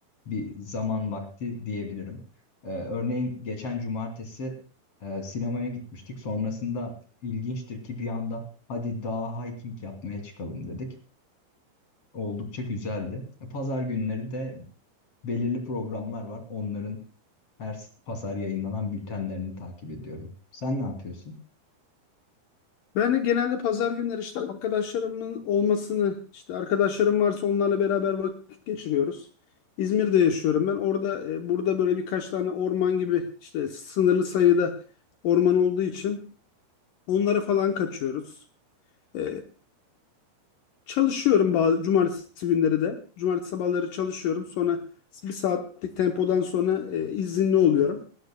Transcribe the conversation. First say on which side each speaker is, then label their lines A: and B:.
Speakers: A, on the left; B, on the left.
A: bir zaman vakti diyebilirim. Ee, örneğin geçen cumartesi e, sinemaya gitmiştik. Sonrasında ilginçtir ki bir anda hadi daha hiking yapmaya çıkalım dedik. Oldukça güzeldi. E, Pazar günleri de belirli programlar var. Onların her s- pazar yayınlanan bültenlerini takip ediyorum. Sen ne yapıyorsun?
B: Ben de genelde pazar günleri işte arkadaşlarımın olmasını, işte arkadaşlarım varsa onlarla beraber vakit geçiriyoruz. İzmir'de yaşıyorum ben. Orada e, burada böyle birkaç tane orman gibi işte sınırlı sayıda orman olduğu için onlara falan kaçıyoruz. E, Çalışıyorum bazı cumartesi günleri de. Cumartesi sabahları çalışıyorum. Sonra bir saatlik tempodan sonra e, izinli oluyorum.